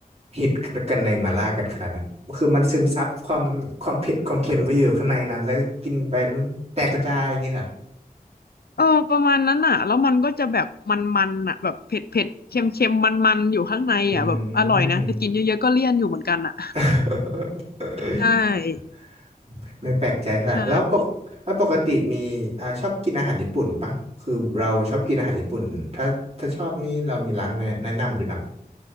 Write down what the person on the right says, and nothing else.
ฮิตกันในมาล่ากันขนาดนั้นคือมันซึมซับความความเผ็ดความเค็มไว้อยู่ข้างในนั้นแล้วกินไปมันแตกกระจายอย่างนี้เหรอ
อืม <laughs>
ไม่แปลกใจเท่าไหร่แล้วปกแล้วปกติมีอ่าชอบกินอาหารญี่ปุ่นปะคือเราชอบกินอาหารญี่ปุ่นถ้าถ้าชอบนี่เรามีร้านแนะแนะนำด้วยนะ